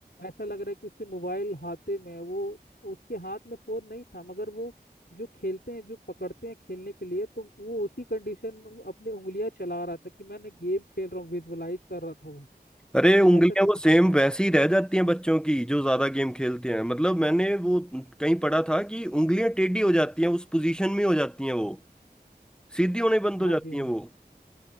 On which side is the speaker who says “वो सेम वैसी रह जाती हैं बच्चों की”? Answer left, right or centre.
Centre